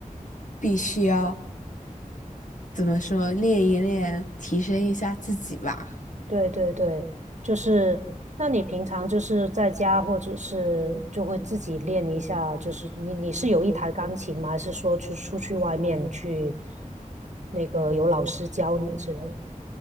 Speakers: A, on the left (about 65°); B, on the right (about 55°).
A: 必须要怎么说，练一练，提升一下自己吧。
B: 对对对，就是，那你平常就是在家，或者是就会自己练一下，就是你你是有一台钢琴吗？还是说去出去外面去那个有老师教你之类的